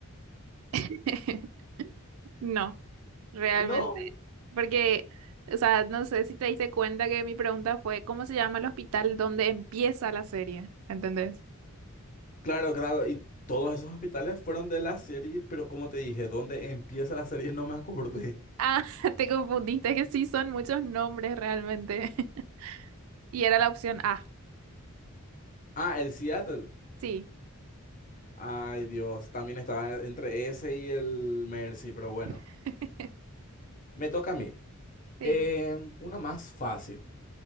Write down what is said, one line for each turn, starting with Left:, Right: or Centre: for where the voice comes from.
Right: <laughs> No, realmente.
Left: No,
Right: Porque, o sea, no sé si te diste cuenta que mi pregunta fue, ¿cómo se llama el hospital donde empieza la serie? ¿Entendés?
Left: claro, claro. Y todos esos hospitales fueron de la serie. Pero como te dije, donde empieza la serie no me acordé.
Right: Ah, <laughs> te confundiste, que sí son muchos nombres realmente. <laughs> Y era la opción A.
Left: Ah, el Seattle.
Right: Sí,
Left: Ay, Dios, también estaba entre ese y el Mercy, pero bueno,
Right: <laughs>
Left: me toca a mí.
Right: sí.
Left: Em, una más fácil.